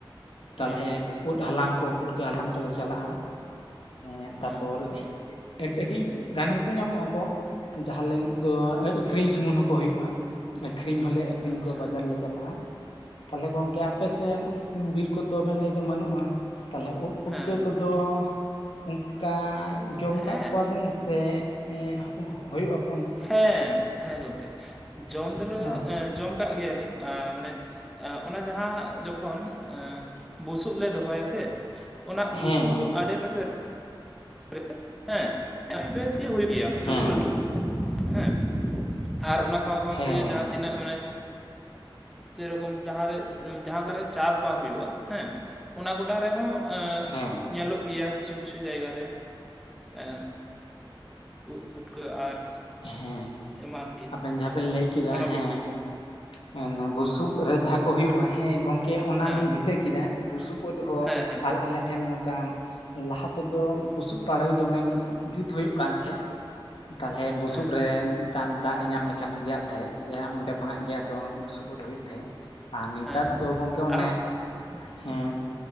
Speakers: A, on the left; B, in the centre.
A: ᱛᱟᱞᱦᱮ
B: ᱦᱩᱸ
A: ᱩᱫ ᱦᱟᱞᱟᱝ ᱠᱚ ᱯᱩᱴᱠᱟᱹ ᱦᱟᱞᱟᱝ ᱠᱚᱞᱮ ᱪᱟᱞᱟᱜᱼᱟ ᱾ ᱮᱸ ᱛᱟᱯᱚᱨ
B: ᱦᱩᱸ
A: ᱟᱹᱰᱤ ᱟᱹᱰᱤ ᱜᱟᱱ ᱜᱮᱠᱚ ᱧᱟᱢᱚᱜᱼᱟ ᱠᱚ ᱡᱟᱦᱟᱸ ᱞᱟᱹᱜᱤᱫ ᱫᱚ ᱟᱹᱠᱷᱨᱤᱧ ᱥᱩᱢᱩᱝ ᱦᱚᱸᱠᱚ ᱦᱩᱭᱩᱜᱼᱟ ᱾ ᱟᱹᱠᱷᱨᱤᱧ ᱦᱚᱞᱮ ᱟᱹᱠᱷᱨᱤᱧ
B: ᱟᱪᱪᱷᱟ
A: ᱠᱚᱣᱟ ᱵᱟᱡᱟᱨᱞᱮ ᱪᱟᱞᱟᱜᱼᱟ ᱛᱟᱞᱦᱮ ᱜᱚᱝᱠᱮ ᱟᱯᱮᱥᱮᱫ
B: ᱟᱪᱪᱷᱟ
A: ᱵᱤᱨ ᱠᱚ ᱛᱚᱵᱮᱱ ᱞᱟᱹᱭᱫᱟ ᱵᱟᱹᱱᱩᱜᱼᱟ ᱛᱟᱞᱦᱮ ᱩᱫ ᱯᱩᱴᱠᱟᱹ
B: ᱦᱮᱸ
A: ᱠᱚᱫ ᱛᱚ ᱚᱝᱠᱟ ᱡᱚᱢ ᱟᱠᱟᱫ
B: ᱦᱮᱸ
A: ᱠᱚᱣᱟᱵᱮᱱ ᱥᱮ ᱦᱮᱸ ᱦᱚᱜ ᱦᱩᱭᱩᱜᱼᱟᱠ
B: ᱦᱮᱸᱻ ᱦᱮᱸ ᱜᱚᱝᱠᱮ ᱡᱚᱢ ᱫᱚᱞᱮ
A: ᱚ
B: ᱡᱚᱢ ᱟᱠᱟᱜ ᱜᱮᱭᱟᱞᱤᱧ ᱢᱟᱱᱮ ᱚᱱᱟ ᱡᱟᱦᱟᱸ ᱡᱚᱠᱷᱚᱱ ᱵᱩᱥᱩᱵ ᱞᱮ ᱫᱚᱦᱚᱭᱟ ᱥᱮ ᱚᱱᱟ ᱵᱩᱥᱩᱵ
A: ᱦᱮᱸ
B: ᱟᱰᱮ ᱯᱟᱥᱮ ᱨᱮ ᱦᱮᱸ ᱟᱹᱰᱤ ᱵᱮᱥ ᱜᱮ ᱦᱩᱭᱩᱜ ᱜᱮᱭᱟ
A: ᱦᱮᱸ
B: ᱞᱟᱹᱴᱩ
A: ᱦᱮᱸ
B: ᱞᱟᱹᱴᱩ ᱾ ᱦᱮᱸ ᱟᱨ ᱚᱱᱟ ᱥᱟᱶ ᱥᱟᱶᱛᱮ
A: ᱦᱮᱸ
B: ᱡᱟᱦᱟᱸ
A: ᱦᱮᱸ
B: ᱛᱤᱱᱟᱹᱜ ᱢᱟᱱᱮ ᱪᱮᱨᱚᱠᱚᱢ ᱡᱟᱦᱟᱸ ᱨᱮ ᱡᱟᱦᱟᱸ ᱠᱚᱨᱮ ᱪᱟᱥ ᱵᱟᱝ ᱦᱩᱭᱩᱜᱼᱟ ᱦᱮᱸ ᱚᱱᱟ ᱜᱚᱰᱟ ᱨᱮᱦᱚᱸ ᱮᱸ
A: ᱦᱮᱸ ᱦᱮᱸ
B: ᱧᱮᱞᱚᱜ ᱜᱮᱭᱟ ᱠᱤᱪᱷᱩ ᱠᱤᱪᱷᱩ ᱡᱟᱭᱜᱟ ᱨᱮ ᱮᱸ ᱩᱫ ᱯᱩᱴᱠᱟᱹ ᱟᱨ
A: ᱦᱮᱸ
B: ᱮᱢᱟᱱ ᱜᱮ
A: ᱟᱵᱮᱱ ᱡᱟᱦᱟᱸ ᱵᱮᱱ ᱞᱟᱹᱭ ᱠᱮᱫᱟ
B: ᱚᱱᱟ ᱠᱚ
A: ᱦᱮᱸ ᱦᱮᱸ ᱚᱱᱟ ᱵᱩᱥᱩᱵ ᱨᱮ ᱡᱟᱦᱟᱸ ᱠᱚ ᱦᱩᱭᱩᱜᱼᱟ ᱦᱮᱸ ᱜᱚᱝᱠᱮ ᱠᱮ ᱚᱱᱟᱞᱤᱧ
B: ᱦᱮᱸ
A: ᱫᱤᱥᱟᱹ ᱠᱤᱫᱟ ᱵᱩᱥᱩᱵ ᱩᱫ ᱦᱚᱸ
B: ᱦᱮᱸ ᱦᱮᱸ
A: ᱟᱞ ᱟᱞᱮ ᱴᱷᱮᱱ ᱱᱚᱝᱠᱟ ᱞᱟᱦᱟ ᱛᱮᱫᱚ ᱵᱩᱥᱩᱵ ᱯᱟᱲᱚᱭ ᱫᱚᱢᱮ ᱡᱩᱛ ᱦᱩᱭᱩᱜ ᱠᱟᱱ ᱛᱟᱦᱮᱸᱜ ᱛᱟᱞᱦᱮ ᱵᱩᱥᱩᱵ
B: ᱦᱮᱸ
A: ᱨᱮᱱ ᱛᱟᱱ ᱫᱟᱜ ᱮ ᱧᱟᱢ ᱞᱮᱠᱷᱟᱱ ᱥᱮᱭᱟᱜ ᱛᱟᱦᱮᱸᱜ ᱥᱮᱭᱟ ᱚᱸᱰᱮ ᱠᱷᱚᱱᱟᱜ ᱜᱮ ᱟᱫᱚ ᱵᱩᱥᱩᱵ ᱩᱫ ᱦᱩᱭᱩᱜ ᱛᱟᱦᱮᱸᱫ᱾ ᱟᱨ ᱱᱮᱛᱟᱨ
B: ᱦᱮᱸ ᱦᱮᱸ
A: ᱫᱚ ᱜᱚᱝᱠᱮ
B: ᱟᱨ
A: ᱚᱱᱮ
B: ᱦᱩᱸ
A: ᱦᱮᱸ